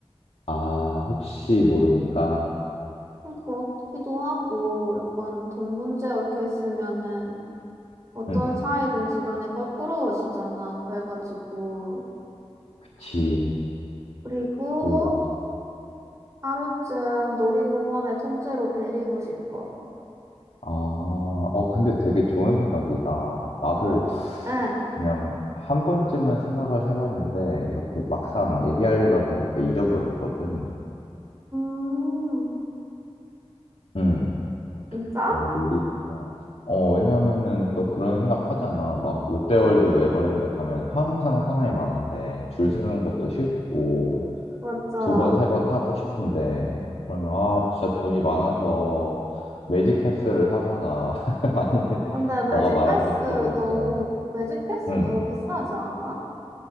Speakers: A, on the left; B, on the right.
A: 아, 혹시 모르니까.
B: 음, 그렇기도 하고, 약간 돈 문제 얽혀 있으면은 어떤
A: 음.
B: 사이든지 간에 껄끄러워지잖아. 그래가지고.
A: 그치.
B: 그리고
A: 오.
B: 하루쯤 놀이공원에 통째로 빌리고 싶어.
A: 아, 어, 근데 되게 좋은 생각이다. 나도
B: 응. 응.
A: 그냥 한 번쯤은 생각을 해봤는데 이렇게 막상 얘기하려다 보니까 잊어버렸거든.
B: 음,
A: 응.
B: 진짜?
A: 어, 놀이공원. 어, 왜냐하면은 또 그런 생각하잖아. 막 롯데월드, 에버랜드 가면 항상 사람이 많은데 줄 서는 것도 싫고
B: 맞아.
A: 두 번, 세 번 타고 싶은데 그러면 아, 진짜 돈이 많아서 매직 패스를 사거나 <laughs> 아니면
B: 근데 매직
A: 너가 말한
B: 패스
A: 것대로
B: 너무,
A: 그냥
B: 매직 패스
A: 응.
B: 너무 비싸지 않아?